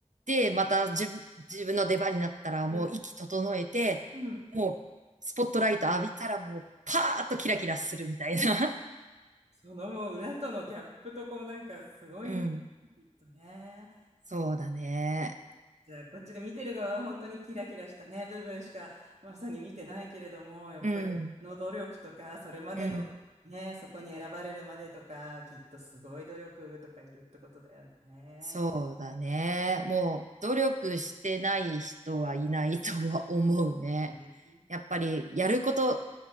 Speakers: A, on the right; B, on the right.
A: で、また自分、自分の出番になったらもう息整えて、
B: ーうん。
A: もうスポットライト浴びたらもうパーッとキラキラするみたいな。
B: そのもう裏とのギャップとこうなんかすごいん、
A: <laughs> うん。
B: きっとね。
A: そうだね。
B: じゃあこっちで見てる側は本当にキラキラしたね、部分しかまさに見てないけれども、やっぱりその努力とか、
A: うん。
B: それまでのね、
A: うん。
B: そこに選ばれるまでとか、きっとすごい努力とかいるってことだよね。
A: そうだね。もう努力してない人はいないとは思うね。
B: うん、
A: やっぱりやること